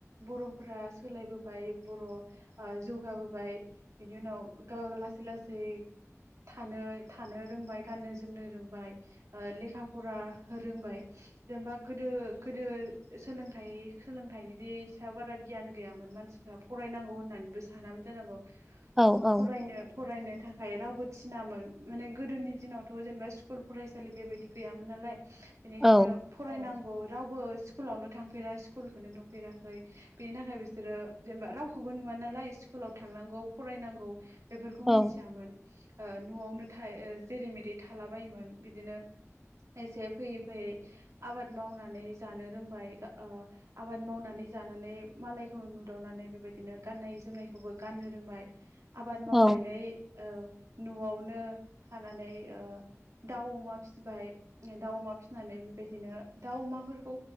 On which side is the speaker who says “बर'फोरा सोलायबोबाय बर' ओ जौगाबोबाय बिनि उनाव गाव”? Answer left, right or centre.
Right